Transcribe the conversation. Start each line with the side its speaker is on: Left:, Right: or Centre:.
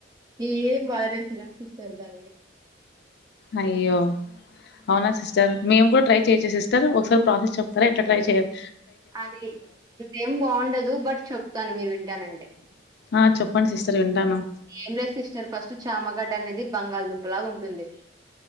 Right: ఏం బలే తినను సిస్టర్ కాని
Left: అయ్యో అవునా సిస్టర్ మేము కూడా ట్రై చేయచ్చ సిస్టర్ ఒకసారి ప్రాసెస్ చెప్తారా ఎట్లా ట్రై చేయ్యాలి
Right: అది ఆదేం బాగుండదు బట్ చెప్తాను మీరు వింటానంటే
Left: ఆ చెప్పండి సిస్టర్ వింటాను
Right: ఏం లేదు సిస్టర్ ఫస్ట్ చామగడ్డ అనేది బంగాళదుంపు లాగా ఉంటుంది